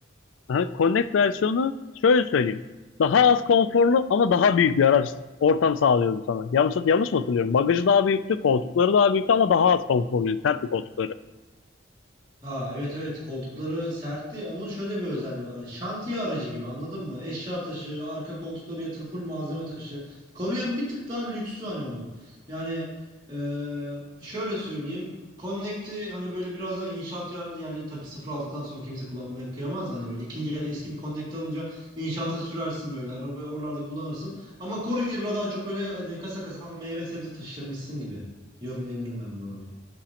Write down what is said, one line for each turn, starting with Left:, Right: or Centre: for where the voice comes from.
Left: Aha, Connect versiyonu şöyle söyleyeyim. Daha az konforlu ama daha büyük bir araç ortam sağlıyordu sana. Yanlış, yanlış mı hatırlıyorum? Bagajı daha büyüktü, koltukları daha büyüktü ama daha az konforluydu. Sertti koltukları.
Right: Ha evet evet koltukları sertti. Onun şöyle bir özelliği var. Hani şantiye aracı gibi anladın mı? Eşya taşı, arka koltukları yatır, full malzeme taşı. Courier bir tık daha lüksü hani onun. Yani eee, şöyle söyleyeyim. Connect'i hani böyle biraz daha inşaat yer, yerleri tabii sıfır aldıktan sonra kimse kullanmaya kıyamaz da hani böyle ikinci el eski bir Connect alınca inşaata sürersin böyle arabayı oralarda kullanırsın. Ama Courier'la daha çok böyle hani kasa kasa meyve sebze taşırmışsın gibi yorumlayabilirim ben bu arabayı.